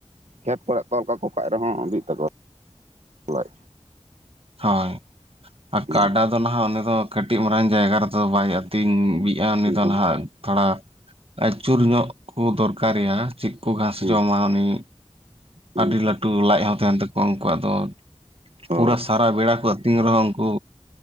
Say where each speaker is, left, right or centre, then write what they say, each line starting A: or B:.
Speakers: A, on the right; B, on the right.
A: ᱠᱷᱮᱛ ᱠᱚᱨᱮ ᱛᱚᱞ ᱠᱟᱠᱚ ᱠᱷᱟᱡ ᱨᱮᱦᱚᱸ ᱵᱤᱜ ᱛᱟᱠᱚᱣᱟ <inaudible>
B: ᱦᱳᱭ ᱟᱨ
A: ᱦᱩᱸ
B: ᱠᱟᱰᱟ ᱫᱚ ᱱᱟᱦᱟᱜ ᱩᱱᱤ ᱫᱚ ᱠᱟᱹᱴᱤᱡ ᱢᱟᱨᱟᱝ ᱡᱟᱭᱜᱟ ᱨᱮᱫᱚ ᱵᱟᱭ ᱟᱹᱛᱤᱧ ᱵᱤᱜ ᱠᱮᱭᱟ ᱩᱱᱤ
A: ᱦᱩᱸ
B: ᱫᱚ ᱱᱟᱦᱟᱜ ᱛᱷᱚᱲᱟ ᱟᱹᱪᱩᱨ ᱧᱚᱜ ᱠᱚ ᱫᱚᱨᱠᱟᱨᱮᱭᱟ ᱪᱮᱫ ᱠᱚ ᱜᱷᱟᱥ
A: ᱦᱩᱸ
B: ᱡᱚᱢᱟ ᱩᱱᱤ
A: ᱦᱩᱸ
B: ᱟᱹᱰᱤ ᱞᱟᱹᱴᱩ ᱞᱟᱡ ᱦᱚᱸ ᱛᱟᱦᱮᱱ ᱛᱟᱠᱚᱣᱟ ᱩᱱᱠᱩᱣᱟᱜ ᱫᱚ᱾
A: ᱦᱳᱭ
B: ᱯᱩᱨᱟᱹ ᱥᱟᱨᱟ ᱵᱮᱲᱟ ᱠᱚ ᱟᱹᱛᱤᱧ ᱨᱮᱦᱚᱸ ᱩᱱᱠᱩ